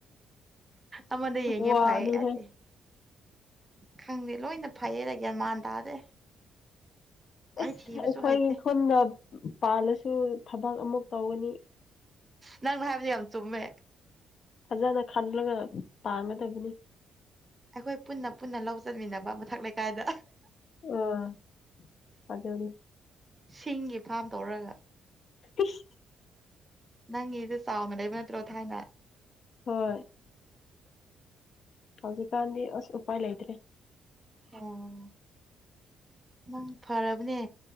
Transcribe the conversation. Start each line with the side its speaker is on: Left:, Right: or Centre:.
Right: ꯑꯃꯗ ꯌꯦꯡꯉꯦ
Left: ꯋꯥꯅꯤ
Right: ꯐꯩ ꯑꯗꯦ
Left: ꯍꯦ
Right: ꯈꯪꯗꯦ ꯂꯣꯏꯅ ꯐꯩꯌꯦꯗ ꯒꯌ꯭ꯥꯟ ꯃꯥꯟ ꯇꯥꯗꯦ
Left: ꯑꯁ
Right: ꯑꯩ ꯊꯤꯕꯁꯨ
Left: ꯑꯩꯈꯣꯏ
Right: ꯍꯩꯇꯦ
Left: ꯈꯨꯟꯅ ꯄꯥꯜꯂꯁꯨ ꯊꯕꯛ ꯑꯃꯨꯛ ꯇꯧꯒꯅꯤ
Right: ꯅꯪꯅ ꯍꯥꯏꯕꯗꯨ ꯌꯥꯝ ꯆꯨꯝꯃꯦ
Left: ꯐꯖꯅ ꯈꯜꯂꯒ ꯄꯥꯟꯒꯗꯕꯅꯤ
Right: ꯑꯩꯈꯣꯏ ꯄꯨꯟꯅ ꯄꯨꯟꯅ ꯂꯧ ꯆꯟꯃꯤꯟꯅꯕ ꯃꯊꯛ ꯂꯩꯀꯥꯏꯗ
Left: ꯑꯣ ꯑꯗꯨꯅꯤ
Right: ꯁꯤꯡꯒꯤ ꯐꯥꯝ ꯇꯧꯔꯒ
Left: ꯏꯁ
Right: ꯅꯪꯒꯤꯗꯨ ꯆꯥꯎꯅ ꯂꯩꯕ ꯅꯠꯇ꯭ꯔꯣ ꯊꯥꯏꯅ
Left: ꯍꯣꯏ ꯍꯧꯖꯤꯛꯀꯥꯟꯗꯤ ꯑꯁ ꯎꯄꯥꯏ ꯂꯩꯇ꯭ꯔꯦ
Right: ꯎꯪ ꯅꯪ ꯐꯔꯕꯅꯦ